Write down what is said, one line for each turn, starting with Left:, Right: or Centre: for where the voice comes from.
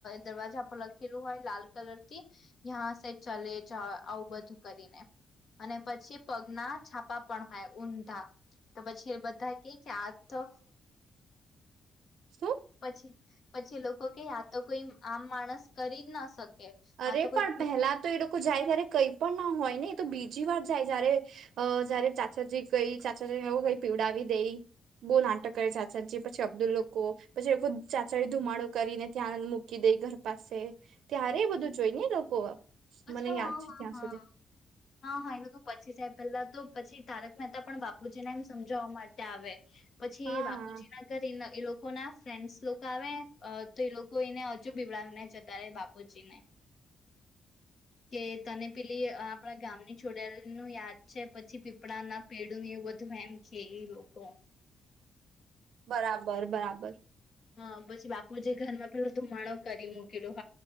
Left: દરવાજા પર લખ પેલું હોય લાલ કલર થી યાં સે ચલે જ આવું બધું કરીને, અને પછી પગના છાપા પણ હોય ઊંધા તો પછી એ બધા ક ક્યા આ તો
Right: શું
Left: પછી પછી લોકો કે યા તો કોઈ આમ માણસ કરી જ ના શકે
Right: અરે
Left: આ
Right: પણ
Left: તો કોઈ ભૂતની
Right: પહેલા તો એ લોકો જાય ત્યારે કઈ પણ ના હોય ને તો બીજી વાર જાય જયારે જયારે ચાચાજી કઈ ચાચાજીને એ કઈ પીવડાવી દઈ. બહુ નાટક કરે ચચા પછી અબ્દુલ લોકો પછી લોકો ચાચડી ધુમાડો કરીને ત્યાં મૂકી દે, ઘર પાસે ત્યારે બધું જોઈ ને લોકો,
Left: અચ્છા
Right: મને
Left: હા
Right: યાદ
Left: હા
Right: છે ત્યાં
Left: હા
Right: સુધી
Left: હા હા એ લોકો પછી જાય પેલા તો પછી તારક મહેતા પણ બાપુજીને એમ સમજાવવા માટે આવે પછી
Right: હા
Left: બાપુજી ના ઘર એ લોકો લોકો ના ફ્રેન્ડસ લોકો આવે તો એ લોકો એને હજુ પીવડાવને જતા રહે, બાપુજી ને કે તને પેલી આપણા ગામની જોડાયેલ નું યાદ છે, પછી પીપળા ના પેડુ વધુ એમ કે એ લોકો
Right: બરાબર બરાબર
Left: હા, પછી બાપુજી ઘરમાં પેલોું ધુમાડો કરી મૂકલો.